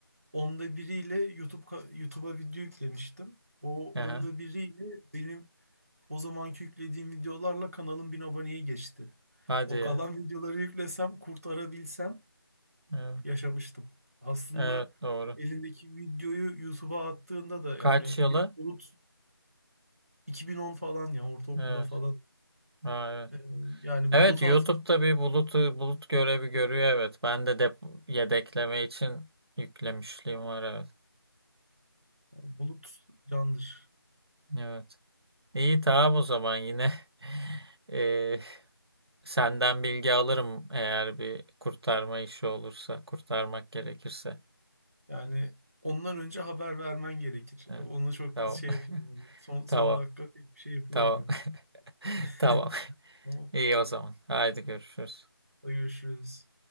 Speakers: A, on the right (about 40°); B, on the right (about 85°).
A: onda biriyle YouTube ka- YouTube'a video yüklemiştim. O onda
B: Aha,
A: biriyle benim o zamanki yüklediğim videolarla kanalın bin aboneye geçti.
B: hadi
A: O
B: ya.
A: kalan videoları yüklesem, kurtarabilsem
B: Evet,
A: yaşamıştım. Aslında
B: evet, doğru.
A: elindeki videoyu YouTube'a attığında da
B: Kaç
A: yani
B: yılı?
A: bir bulut 2010 falan ya ortaokulda
B: Evet.
A: falan
B: Ha, evet.
A: Ee, yani
B: Evet,
A: buluta
B: YouTube'da
A: atmış
B: bir bulut bulut görevi görüyor evet. Ben de dep yedekleme için yüklemişliğim var evet.
A: bulut candır.
B: Evet. İyi tamam o zaman yine. <laughs> Eee Senden bilgi alırım eğer bir kurtarma işi olursa, kurtarmak gerekirse.
A: Yani ondan önce haber vermen gerekir.
B: Evet.
A: Onu çok
B: Tamam.
A: şey yapayım
B: <laughs>
A: yani. Son,
B: Tamam.
A: son dakika pek bir şey yapılamıyor.
B: Tamam. <laughs>
A: <laughs>
B: Tamam.
A: Tamam.
B: İyi o zaman. Haydi görüşürüz.
A: Hadi görüşürüz.